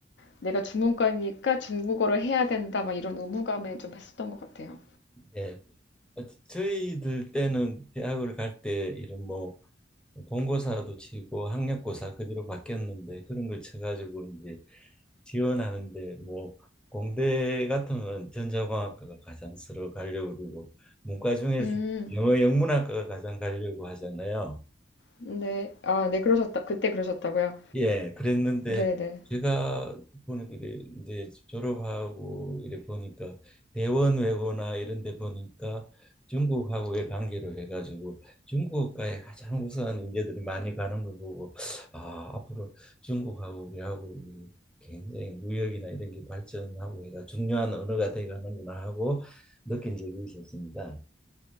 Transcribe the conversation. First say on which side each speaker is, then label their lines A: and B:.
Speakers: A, on the left; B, in the centre.
A: 내가 중문과니까 중국어를 해야 된다, 막 이런 의무감에 좀 했었던 것 같아요.
B: 예. 어, 저희들 때는 대학을 갈 때 이런 뭐 본고사도 치고 학력고사 그 뒤로 바뀌었는데 그런 걸 쳐가지고 이제 지원하는데 뭐 공대 같으면 전자공학과가 가장 서로 가려고 그러고 문과 중에서
A: 음,
B: 영어 영문학과가 가장 가려고 하잖아요.
A: 네. 아, 네, 그러셨다. 그때 그러셨다고요?
B: 예, 그랬는데
A: 네네.
B: 제가 보는 게 이제 졸업하고 이래 보니까 대원 외고나 이런 데 보니까 중국하고의 관계로 해가지고 중국과의 가장 우수한 인재들이 많이 가는 걸 보고 아 앞으로 중국하고 우리하고 이 굉장히 무역이나 이런 게 발전하고 해가 중요한 언어가 돼가는구나 하고 느낀 적이 있었습니다.